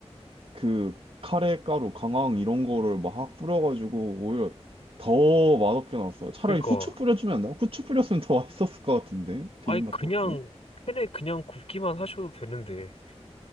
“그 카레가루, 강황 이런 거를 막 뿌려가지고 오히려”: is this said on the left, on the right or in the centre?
Right